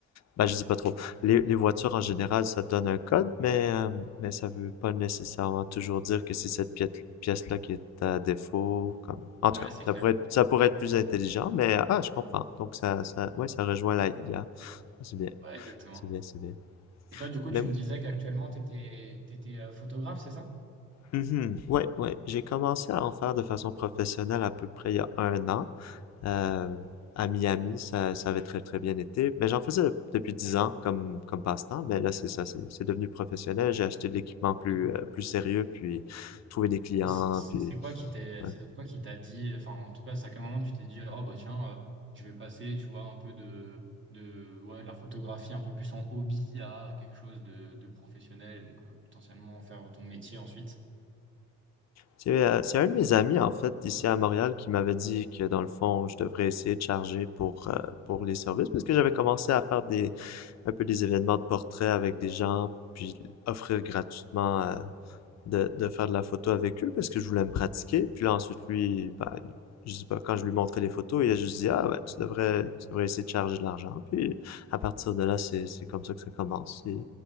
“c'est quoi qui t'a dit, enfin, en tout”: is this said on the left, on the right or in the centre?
Right